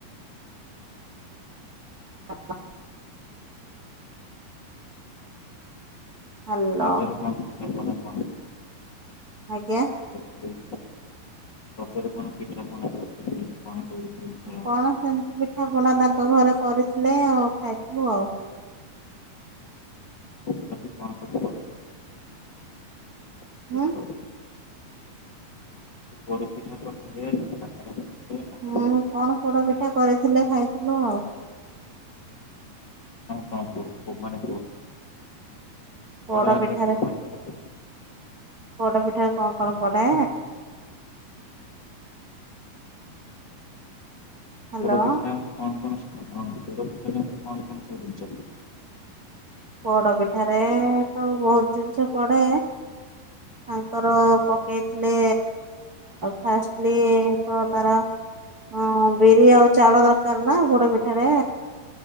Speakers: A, on the right; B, on the left.
A: <unintelligible> ହାଲୋ
B: ରଜରେ କଣ? ପିଠାପଣା କଣ
A: ଆଜ୍ଞା।
B: କରିଥିଲେ ରଜରେ କଣ ପିଠାପଣା କରିଥିଲେ କଣ ଦୋଳି ଫୋଳି ଖେଳ
A: କଣ ସେମିତି ପିଠା ପଣା ତାଙ୍କ ଘରେ କରିଥିଲେ ଆଉ। ଖାଇଥିଲୁ ଆଉ।
B: ବାକି କଣ କଣ ପୋଡ଼
A: ହୁଁ।
B: ପୋଡ଼ ପିଠା କରିଥିଲେ କାକରା କରିଥିଲେ କଣ
A: ହୁଁ। କଣ ପୋଡ ପିଠା କରିଥିଲେ ଖାଇଥିଲୁ ଆଉ।
B: କଣ ପୋଡ଼ ମାନେ ବଡ଼
A: ପୋଡ
B: ଆକାରରେ
A: ପିଠାରେ
B: କଣ
A: ପୋଡ ପିଠାରେ କଣକଣ ପଡେ?
B: ଆଉ
A: ହ୍ୟାଲୋ।
B: ପୋଡ଼ ପିଠାରେ <unintelligible> ସବୁ ଜିନିଷ
A: ପୋଡ ପିଠାରେ, ତ ବହୁତ ଜିନିଷ ପଡେ। ତାଙ୍କର ପକେଇଥିଲେ, ଫାଷ୍ଟଲି ତ ତାର ହଁ, ବିରି ଆଉ ଚାଉଳ ଦରକାର ନା ପୋଡ ପିଠାରେ